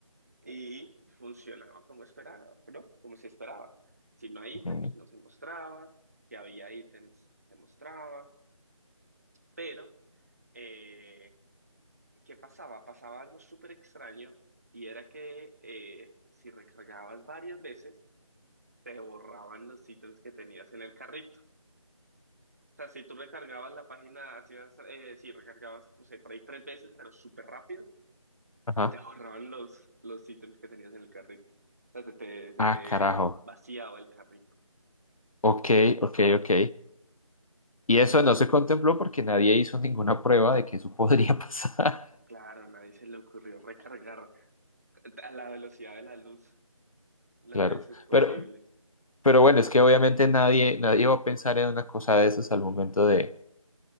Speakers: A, on the right; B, on the left.
A: y funcionaba como esperaba, ¿no? Como se esperaba. Si no hay
B: Ujú,
A: ítems, no se mostraba. Si había ítems, se mostraba. Pero, eh, ¿qué pasaba? Pasaba algo súper extraño y era que eh, si recargabas varias veces, te borraban los ítems que tenías en el carrito. O sea, si tú recargabas la página, hacías, eh, si recargabas, no sé, por ahí tres veces, pero súper rápido
B: Ajá.
A: se te ahorraban los, los ítems que tenías en el carrito. O sea, se te, se
B: Ah,
A: te
B: carajo.
A: vaciaba el carrito.
B: Ok, ok, ok. Y eso no
A: Ent-
B: se contempló porque nadie hizo ninguna prueba de que eso podría <laughs> pasar.
A: claro, a nadie se le ocurrió recargar a la velocidad de la luz las
B: Claro.
A: veces posible.
B: Pero, pero bueno, es que obviamente nadie, nadie va a pensar en una cosa de esas al momento de...